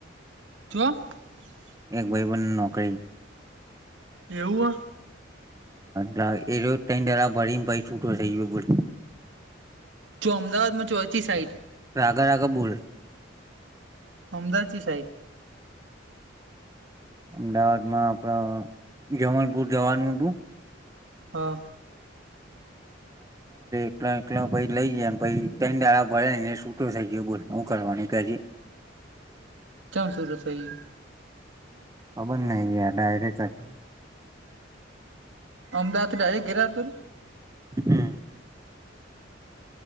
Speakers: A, on the right; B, on the right.
A: ક
B: એક ભાઈ બણ નોકરી
A: એવું
B: હટ એ જો તરા ભરીને ભાઈ છૂટો થઇ ગયો બોલો
A: જો અમદાવાદમાં ચોચી સાઈટ
B: રાગા રાગા બોલ
A: અમદાવાદજી સાઈડ
B: અમદાવાદ માં આપડ જમલપુર જવાનું હતું
A: હા
B: એ પછ લઈ જ પ ટ દાળ ભરે છૂટો થઈ ગયો બ કરવાનું કે હજી
A: ચમ સુર થઈ ગું
B: ખબર નહી ગયા ડાયરેક્ટ
A: અમદાવાદ ડાયરેક્ટ ગેરા તું
B: હા